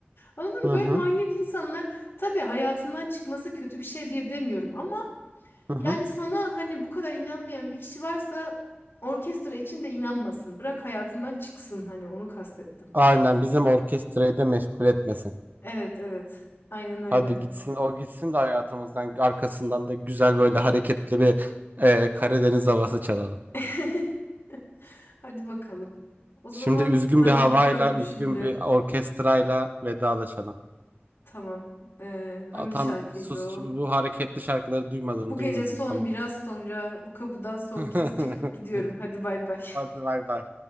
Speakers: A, on the left; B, on the right.
A: anladın
B: Hı
A: mı? Böyle
B: hı.
A: manyak insanlar tabii hayatından çıkması kötü bir şey diye demiyorum. Ama
B: Hı
A: yani
B: hı.
A: sana hani bu kadar inanmayan bir kişi varsa orkestra için de inanmasın. Bırak hayatından çıksın. Hani onu kastettim.
B: Aynen bizim orkestrayı da meşgul etmesin.
A: Evet evet. Aynen öyle.
B: Hadi gitsin o gitsin de hayatımızdan arkasından da güzel böyle hareketli bir e, Karadeniz havası çalalım.
A: <laughs> Hadi bakalım. O zaman
B: Şimdi üzgün
A: ben
B: bir havayla,
A: gidiyorum
B: üzgün
A: şimdi.
B: bir orkestrayla vedalaşalım.
A: Tamam. Ee, hangi
B: Aa, tam
A: şarkıydı
B: sus
A: o?
B: şimdi bu hareketli şarkıları duymadın,
A: Bu gece
B: duymadın
A: son
B: tamam.
A: biraz sonra bu kapıdan son
B: <laughs>
A: kez çıkıp gidiyorum. Hadi bay bay. <laughs>
B: Hadi bay bay.